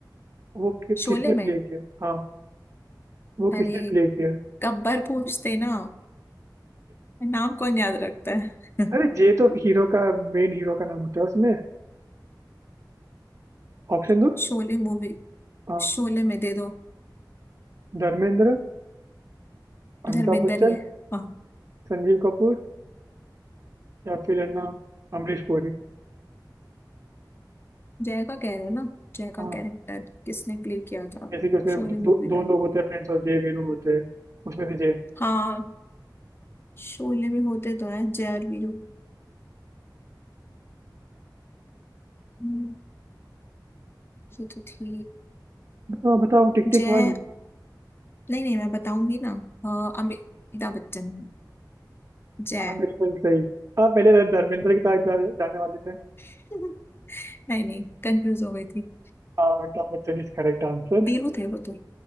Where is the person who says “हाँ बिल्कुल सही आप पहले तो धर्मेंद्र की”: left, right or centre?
Right